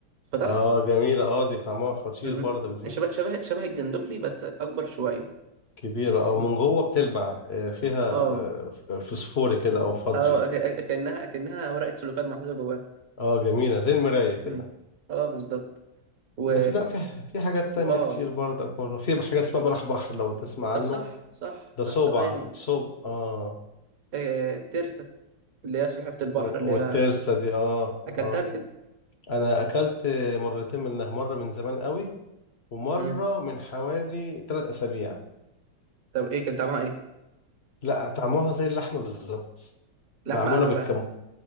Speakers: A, on the right (about 50°); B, on the left (about 45°).
A: فتح
B: اه جميلة اه دي طعمها خطير
A: مم.
B: برضك دي
A: شبه شبه شبه الجندفلي بس اكبر شويه
B: كبيرة او
A: يعني
B: من جوه بتلمع آه، فيها
A: اه
B: آه، ف- فسفوري كده او فضي
A: اه أك- أك- كأنها كأنها ورقه سلوفان محطوطه جواها
B: اه جميلة زي المراية كده
A: مم. اه بالظبط و
B: ده في لا في في حاجات تانية
A: وآه
B: كتير برضك والله في حاجة اسمها بلح بحر لو تسمع
A: طب
B: عنه
A: صح صح
B: ده
A: صح
B: صوبع
A: ثواني
B: صوب اه
A: آه... ترسة اللي هي سلحفاة البحر
B: و-
A: اللي
B: والترسة
A: هي
B: دي اه
A: أكلتها
B: اه
A: قبل كده
B: انا اكلت مرتين منها مرة من زمان قوي ومرة
A: مم.
B: من حوالي ثلاث اسابيع
A: طب إيه كان طعمها إيه؟
B: لا طعمها زي اللحمة بالظبط
A: لحمة
B: معمولة
A: أنهو بقى؟